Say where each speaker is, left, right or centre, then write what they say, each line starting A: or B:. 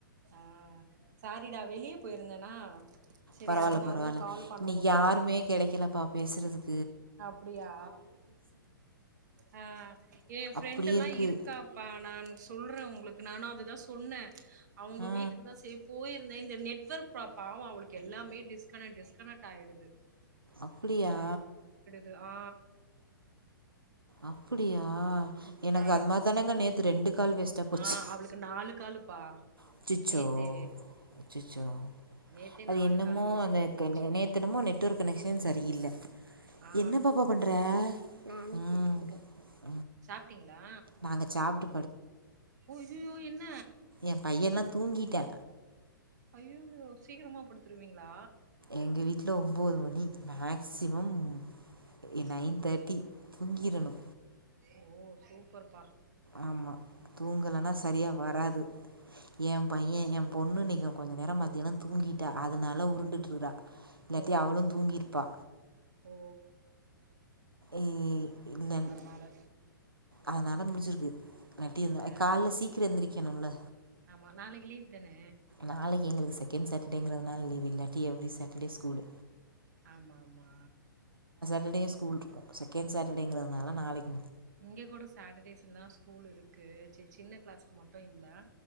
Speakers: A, on the right; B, on the right.
A: ஆ சாரிடா வெளிய போயிருந்தேனா செரி
B: பரவால்ல
A: அதனால
B: பரவால்ல
A: தா கால் பண்ண
B: இன்னிக்கி
A: முடியல
B: யாருமே கெடைக்கிலப்பா பேசுறதுக்
A: அப்டியா ஆ ஏ ஃப்ரெண்டல்லா
B: அப்டியே இருக்கு
A: இருக்காப்பா நா சொல்றே உங்களுக்கு நானு அதுதா சொன்னே அவங்க
B: ஆ
A: வீட்டுக்கு தா செரி போய் இந்த நெட்வர்க் ப்ராப் பாவோ அவளுக்கு எல்லாமே டிஸ்கனக்ட் டிஸ்கனெக்ட் ஆயிடுது
B: அப்டியா
A: து ஆ
B: அப்புடியா எனக்கு
A: ஆ
B: அது மாரி தானங்க நேத்து ரெண்டு கால் வேஸ்டா போச்சு
A: ஆ அவளுக்கு நாலு காலுப்பா
B: அச்சச்சோ
A: நேத்து
B: அசச்சோ
A: நேத்தே
B: அது
A: நாலு
B: என்னமோ
A: காலு வேஸ்ட்டா
B: அந்த
A: போயிடுச்சு
B: நேத்தனமொ என்னமோ நெட்ஒர்க் கனெக்க்ஷன் சரியில்ல
A: ஆ
B: என்ன பாப்பா பண்ற அ ம்
A: சாப்ட்டீங்ளா
B: நாங்க சாப்ட்டு
A: உய்யயோ என்ன
B: ஏ பையல்லா தூங்கிட்டா
A: ஐயோயோ சீக்கிரமா படுத்துருவீங்களா
B: எங்க வீட்ல ஒம்போது மணி மேக்சிமம் எ
A: செம்ம
B: நைன் தேட்டி தூங்கிறணு
A: ஓ சூப்பர் பா
B: ஆமா தூங்கலன்னா சரியா வராது எ பையன எ பொண்ணு நீ கொஞ்ச நேரொ மதியானொ தூங்கீடா அதனால உருண்டுட்டுருகா இல்லாட்டி
A: ஓஹோ
B: அவளு தூங்கீருப்பா
A: ஓ
B: ஏ இல்ல
A: பரவால்ல
B: அதனால முடிசிருக்கு நட்டி இருந்த
A: ஆ
B: கால்ல சீக்கிறோ எந்திரிக்கணுல
A: ஆமா நாளைக்கு லீவ் தான
B: நாளைக்கு எங்களுக்கு செகண்ட் சாட்டெர்டேங்குறதுனால லீவ்வு இல்லாட்டி எவ்ரி சாட்டர்டே ஸ்கூலு
A: ஆமா ஆமா
B: சட்டர்டே ஸ்கூல் இருக்கு செகெண்ட் சாட்டர்டேங்கிறதுனால நாளைக்
A: இங்க கூட சாட்டர்டேஸ் எல்லா ஸ்கூல் இருக்கு ச சின்ன கிளாஸ்க்கு மட்டு இல்ல